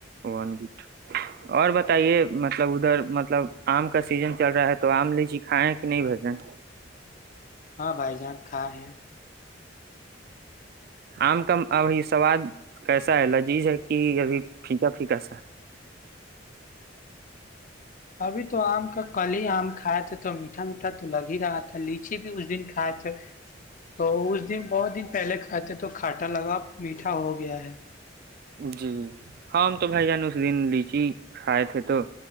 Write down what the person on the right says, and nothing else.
ون بٹ اور بتائیے مطلب ادھر مطلب آم کا سیزن چل رہا ہے تو آم لیجی کھائےیں کہ نہیں بجن
آم کا ابھی سواد کیسا ہے لذیذ ہے کہ ابھی پھیکا پھیکا سا
جی ہم تو بھائی جان اس دن لیچی کھائے تھے تو